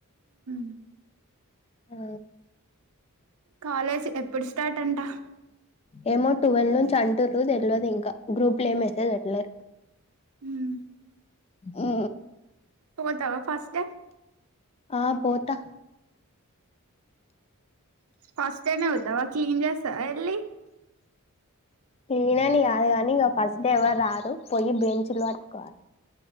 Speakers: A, on the right; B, on the left.
A: అ
B: ఆ
A: కాలేజ్ ఎప్పుడు ష్టా థర్డ్ అంట
B: ఏమో టువెల్వ్ నుంచి అంటు్ర తెలియదు ఇంకా గ్రూప్ లో ఏం మసేజ్ పెట్లేరు
A: హ్మ్
B: ఊ
A: పోతవా ఫస్ట్ డే
B: ఆ పోతా
A: ఫస్తేనే వచ్చ దా క్లీన్ చేస్తావా వెళ్లి
B: ఈయలేదులే కాదు కానీ ఇగా ఫస్ట్ డే ఎవరు రారు పోయి బెంచ్ లో పట్టుకోవాలి.